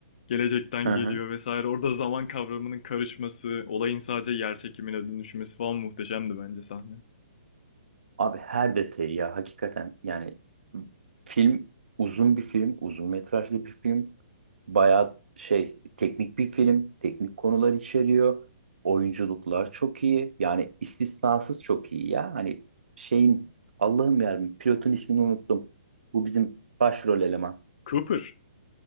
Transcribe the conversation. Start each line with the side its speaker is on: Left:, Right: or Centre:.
Left: gelecekten
Right: hı
Left: geliyor
Right: hı.
Left: vesaire. Orada zaman kavramının karışması, olayın sadece yer çekimine dönüşmesi falan muhteşemdi bence sahne.
Right: Abi her detayı ya hakikaten yani film uzun bir film, uzun metrajlı bir film. Bayağı şey teknik bir film, teknik konular içeriyor. Oyunculuklar çok iyi. Yani istisnasız çok iyi ya. Hani şeyin Allah'ım yarabbim pilotun ismini unuttum. Bu bizim başrol eleman.
Left: Cooper.